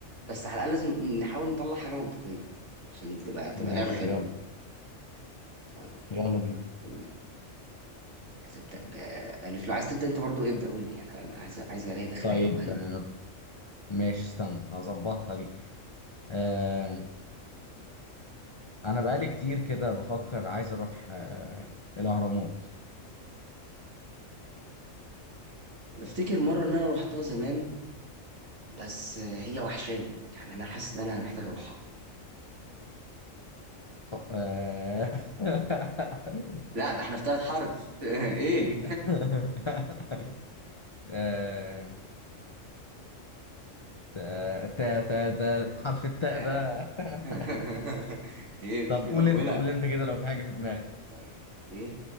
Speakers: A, on the right; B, on the left.
A: بس على الاقل لازم نحاول نطلع حاجه منطقيه عشان تبقى تبقى
B: ماشي
A: لعبه حلوه
B: يلا
A: طيب
B: يلا بينا
A: أم، عايز ابدا بالف لو عايز تبدا انت برضو ابدا قول لي يعني انا عايز عايز الاقي دخله
B: طيب
A: حلوه بالف
B: آه، ماشي استنى هظبطها دي آه انا بقالي كتير كده بفكر عايز اروح آه الاهرامات
A: بفتكر مره ان انا رحتها زمان بس هي وحشاني يعني انا حاسس ان انا محتاج اروحها
B: آه <laughs>
A: لا ده احنا في ثالث حرف <laughs> ايه
B: <laughs> آه، تا تا تا تا حرف التاء
A: آه.
B: ده <laughs>
A: <laughs> ايه مش
B: طب
A: من
B: قول
A: اولها
B: انت قول انت كده لو في حاجة في دماغك
A: طيب ايه